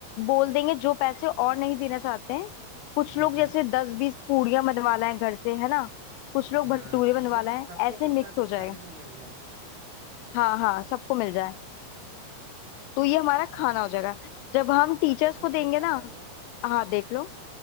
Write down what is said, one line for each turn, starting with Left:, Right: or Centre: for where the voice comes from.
Left: बोल देंगे जो पैसे और नहीं देना चाहते हैं कुछ
Right: जी
Left: लोग
Right: जी
Left: जैसे दस बीस पूड़ियां बनवा लाएं घर से है ना कुछ लोग
Right: हाँ
Left: भटूरे बनवा
Right: मतलब
Left: लाएं
Right: सबको
Left: ऐसे
Right: कुछ
Left: मिक्स
Right: ना कुछ
Left: हो जाएगा
Right: खाने को मिल जाए क्या
Left: हाँ हाँ सबको मिल जाए
Right: ठीक है
Left: तो ये हमारा खाना
Right: और
Left: हो जाएगा जब
Right: हाँ
Left: हम
Right: तो एक
Left: टीचर्स
Right: बार देख लेते
Left: को देंगे
Right: हैं क्या
Left: ना
Right: क्या हुआ
Left: हाँ देख
Right: कि
Left: लो